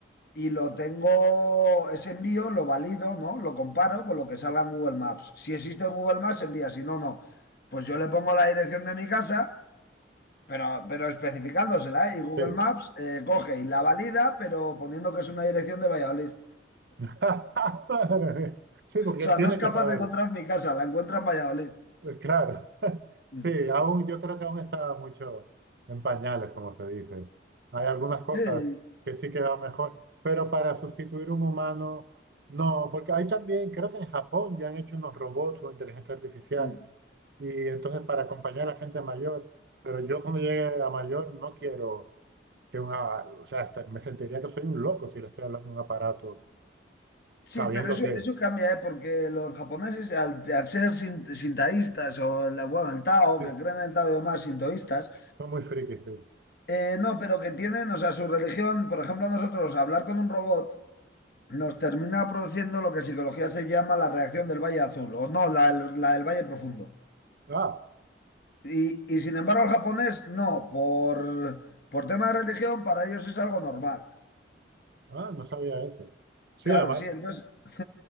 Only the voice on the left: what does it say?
y lo tengo, ese envío lo valido, ¿no? Lo comparo con lo que salga en Google Maps. Si existe en Google Maps, envía, si no, no. Pues yo le pongo la dirección de mi casa, pero, pero especificándosela, ¿eh? Y Google
Maps eh, coge y la valida, pero poniendo que es una dirección de Valladolid.
O sea,
no es capaz
de encontrar mi casa, la encuentra en Valladolid.
Mm.
Sí,
mm.
Sí,
pero eso,
eso cambia, ¿eh? Porque los japoneses, al, al ser sin- sintaístas o el, bueno, el Tao,
que creen en el Tao y demás, sintoístas,
Eh, no, pero que tienen, o sea, su religión, por ejemplo, a nosotros hablar con un robot nos termina produciendo lo que en psicología se llama la reacción del Valle Azul, o no, la, del la del Valle Profundo.
Y, y sin embargo, el japonés no, por, por tema de religión, para ellos es algo normal.
Claro,
sí, entonces, <laughs>